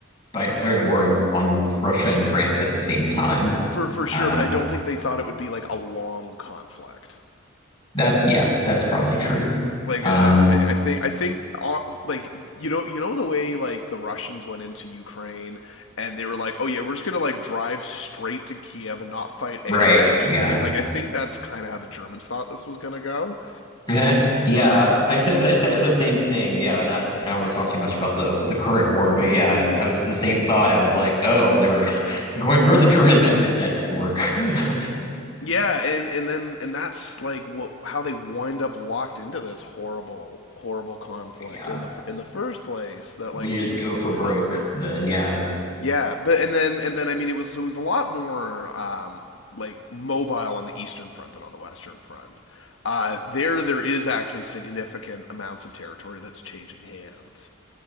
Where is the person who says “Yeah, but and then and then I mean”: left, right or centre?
Left